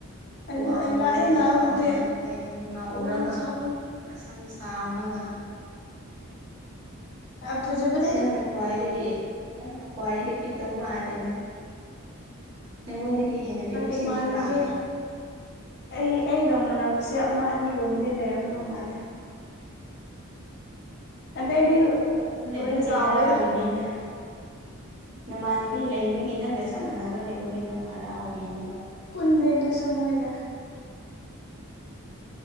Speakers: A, on the left; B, on the right.
A: ꯑꯗꯨ
B: ꯋꯥꯡꯉꯒ
A: ꯂꯥꯛꯑꯦ ꯂꯥꯛꯑꯕꯨꯗꯤ
B: ꯆꯥꯎꯔꯒ ꯀꯩꯅꯣ ꯉꯧꯔꯒ
A: ꯋꯥꯡ ꯆꯥꯎꯕ
B: ꯃꯁꯝ ꯁꯥꯡꯉꯒ
A: ꯐꯖꯕ
B: ꯅꯪꯅ ꯈ꯭ꯋꯥꯏꯗꯒꯤ ꯅꯪꯅ ꯈ꯭ꯋꯥꯏꯗꯒꯤ ꯄꯤꯛꯇꯧ ꯃꯥꯜꯂꯦꯗ ꯅꯪꯉꯣꯟꯗꯒꯤ ꯍꯦꯟꯅ ꯄꯤꯛꯄꯁꯤꯡꯁꯨ
A: ꯏꯃꯥꯟꯅꯕꯤ
B: ꯂꯥꯛꯑꯕ꯭ꯔꯥ
A: ꯑꯩ ꯑꯩꯒ ꯃꯥꯟꯅꯕꯁꯦ ꯑꯃ ꯑꯅꯤꯒꯨꯝꯕꯗꯤ ꯂꯩꯔꯝꯗꯧ ꯃꯥꯜꯂꯦ ꯑꯗꯩꯗꯤ ꯂꯣꯏ
B: ꯑꯗꯨꯗꯤ
A: ꯆꯥꯎꯋꯤꯗ
B: ꯍꯔꯥꯎꯔꯤꯅꯤ ꯅꯪ ꯅꯃꯥꯟꯅꯕꯤ ꯂꯩꯕꯒꯤ ꯅꯪꯒ ꯆꯞ ꯃꯥꯟꯅꯕ ꯂꯩꯕꯒꯤ ꯅꯪ ꯍꯔꯥꯎꯔꯤꯅꯦꯕ꯫
A: ꯄꯨꯟꯗꯦ ꯑꯗꯨꯁꯨ ꯃꯣꯏꯒ꯫